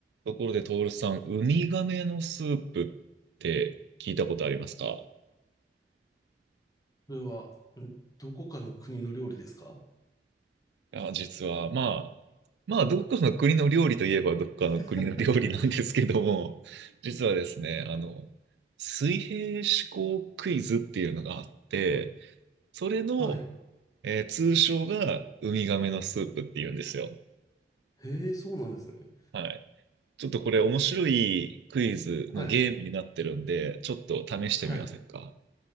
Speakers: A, on the right; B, on the left.
A: ところで、トールさん、ウミガメのスープって聞いたことありますかい
B: それは、んどこかの国の料理ですか
A: や、実は、まあ、まあ、どっかの国の料理といえば、どっかの国の料理なんですけども、
B: <laughs>
A: 実はですね、あの、水平思考クイズっていうのがあって、それの、
B: はい。
A: えー通称がウミガメのスープっていうんですよ。
B: へえ、そうなんですね。
A: はい。ちょっとこれ面白いクイズのゲームになってるんで、
B: はい。
A: ちょっと試してみませんか
B: はい。